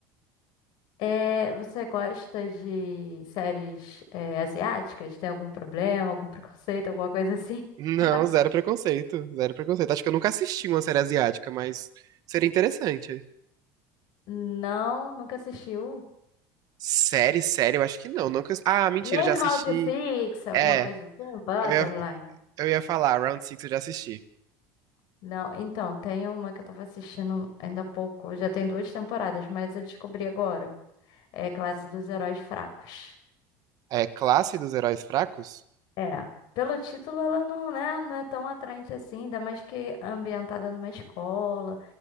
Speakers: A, on the left (about 60°); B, on the right (about 50°).
A: É, você gosta de séries, é, asiáticas? Tem algum problema, algum preconceito, alguma coisa assim?
B: Não,
A: <laughs>
B: zero preconceito, zero preconceito. Acho que eu nunca assisti uma série asiática, mas seria interessante.
A: Não, nunca assistiu.
B: Série, série, eu acho que não. Nunca... Ah, mentira,
A: Nem
B: já assisti.
A: How to Six, alguma
B: É,
A: coisa assim, Borderline.
B: eu ia, eu ia falar, Round Six eu já assisti.
A: Não, então, tem uma que eu tava assistindo ainda há pouco. Já tem duas temporadas, mas eu descobri agora. É Classe dos Heróis Fracos.
B: É classe dos heróis fracos?
A: É, pelo título ela não, né, não é tão atraente assim, ainda mais que é ambientada numa escola.